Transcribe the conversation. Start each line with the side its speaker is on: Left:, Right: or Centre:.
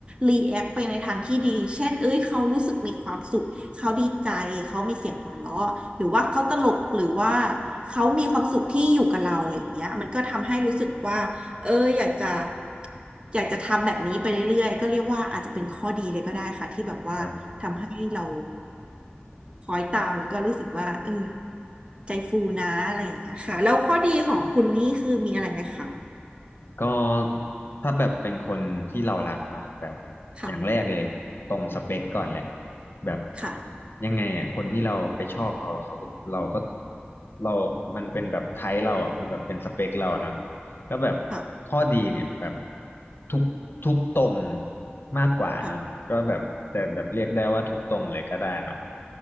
Right: รีแอคไปในทางที่ดี เช่นเอ้ยเขารู้สึกมีความสุข เขาดีใจ เขามีเสียงหัวเราะหรือว่าเขาตลกหรือว่าเขามีความสุขที่อยู่กับเราอย่างเงี้ยมันก็ทำให้รู้สึกว่า เอออยากจะอยากจะทำแบบนี้ไปเรื่อยๆก็เรียกว่าอาจจะเป็นข้อดีเลยก็ได้ค่ะที่แบบว่าทำให้เรา
Left: ครับ
Right: คอยตามแล้วก็รู้สึกว่าเออใจฟูนะอะไรอย่างเงี้ยค่ะแล้วข้อดีของคุณนี่คือมีอะไรไหมคะ
Left: ก็ถ้าแบบเป็นคนที่เรารักเนาะแบบ
Right: ค่ะ
Left: อย่างแรกเลยตรงสเปคก่อนแหละแบบ
Right: ค่ะ
Left: ยังไงอ่ะคนที่เราไปชอบเขาเขาก็เราก็เรามันเป็นแบบไทป์เราอะคือแบบเป็นสเปคเราเนาะแล้วแบบ
Right: ค่ะ
Left: ข้อดีเนี่ยแบบทุกทุกตรงมากกว่าเนาะก็แบบแต่แบบเรียกได้ว่าทุกตรงเลยก็ได้เนาะ
Right: ค่ะ